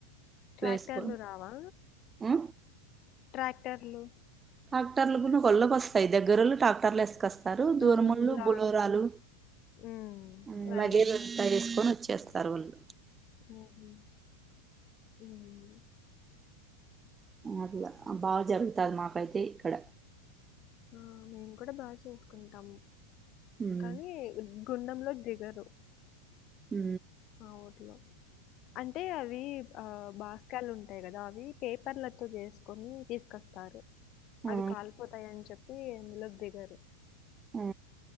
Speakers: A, on the left; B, on the right.
A: ట్రాక్టర్లు
B: వేసుకొని
A: రావా?
B: ఆ
A: ట్రాక్టర్లు
B: ట్రాక్టర్లు కూడా ఒక ఒళ్ళకి వస్తాయి దగ్గరలో ట్రాటర్లు ఏసుకొస్తయి దూరమొలు
A: ఆ! లారీ.
B: బులోరాలు
A: హ్మ్.
B: ఊ
A: వ్యాన్లు.
B: వగేర దగెసుకొని వచ్చేస్తారు వాళ్ళు
A: నాది ఏంటిది
B: అట్లా బాగా జరుగుతది మాకైతే ఇక్కడ
A: ఆ మేము కూడా బాగా చేసుకుంటాము
B: ఉమ్
A: కానీ గుండంలో దిగరు
B: ఊ
A: ఆ ఊర్లో అంటే అవి ఆ బాస్కాలు ఉంటాయి కదా అవి పేపర్లతో చేసుకొని తీసుకొస్తా
B: ఆ
A: అది కాలిపోతాయ అని చెప్పి ములోకి దిగ్గరు
B: మ్